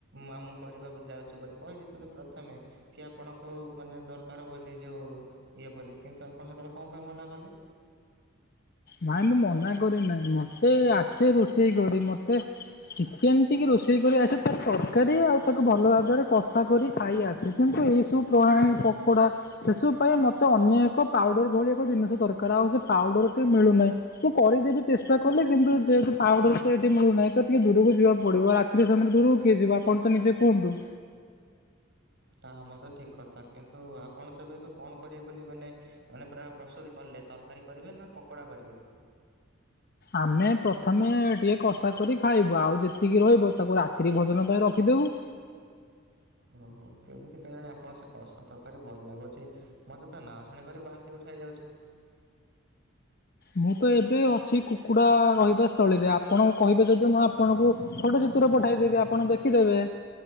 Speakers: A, on the right; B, on the left.
A: ମା ମୁଁ କରିବାକୁ ଯାଉଛି ବୋଲି କହି ଦେଇଥାନ୍ତ ପ୍ରଥମେ। କି ଆପଣଙ୍କୁ ମାନେ ଦରକାର ବୋଲି ଯୋଉ ଇଏ ବୋଲି କିନ୍ତୁ ଆପଣ ସେତେବେଳେ କଁ ପାଇଁ ମନା କଲେ?
B: ନାଇଁ ମୁଁ ମନା କରିନାହିଁ ମତେ ଆସେ ରୋଷେଇ କରି, ମତେ ଚିକେନ ଟିକେ ରୋଷେଇ କରି ଆସେ ତାର ତରକାରୀ ଆଉ ତାକୁ ଭଲ ଭାବରେ କଷା କରି। ଖାଇ ଆସେ କିନ୍ତୁ ଏଇସବୁ ପ୍ରଣାଳୀ ପକୋଡା ସେସବୁ ପାଇଁ ମୋତେ ଅନ୍ୟ ଏକ ପାଉଡର ଭଳି ଏକ ଜିନିଷ ଦରକାର ଆଉ ସେ ପାଉଡରଟି ମିଳୁନାହିଁ। ମୁଁ କରିଦେବି ଚେଷ୍ଟା କଲେ କିନ୍ତୁ ଯେହେତୁ ପାଉଡର ତ ଏଠି ମିଳୁନାହିଁ ତ ଟିକେ ଦୂରକୁ ଯିବାକୁ ପଡିବ ରା <unintelligible> କିଏ ଯିବ ଆପଣ ତ ନିଜେ କୁହନ୍ତୁ?
A: ତାହା ମଧ୍ଯ ଠିକ୍ କଥା, କିନ୍ତୁ ଆପଣ ତେବେ ଏବେ କଣ କରିବେ ବୋଲି ମାନେ ମାନେ ପୁରା ପ୍ରସ୍ତୁତି କଲେ, ତରକାରୀ କରିବେ ନା ପକୋଡା କରିବେ?
B: ଆମେ ପ୍ରଥମେ ଟିକେ କଷା କରି ଖାଇବୁ, ଆଉ ଯେତିକି ରହିବ ତାକୁ ରାତ୍ରି ଭୋଜନ ପାଇଁ ରଖିଦେବୁ।
A: ଓ ହୋ କେମିତି କେଜାଣି ଆପଣ ସେ କଷା ତରକାରୀ ଭଲ ଲାଗୁଛି? ମତେ ତା ନାଁ ଶୁଣିକରି ବାନ୍ତି ଉଠାଇ ଯାଉଛି।
B: ମୁଁ ତ ଏବେ ଅଛି କୁକୁଡ଼ା ରହିବା ସ୍ଥଳୀରେ। ଆପଣ କହିବେ ଯଦି ମୁଁ ଆପଣଙ୍କୁ ଛୋଟ ଚିତ୍ର ପଠାଇଦେବି ଆପଣ ଦେଖିଦେବେ।